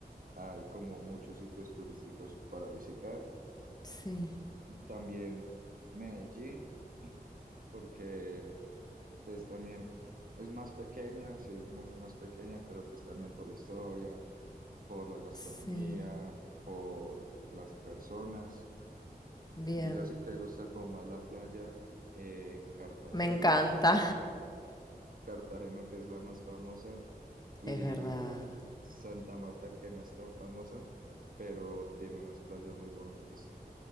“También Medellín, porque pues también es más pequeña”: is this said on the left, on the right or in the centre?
Right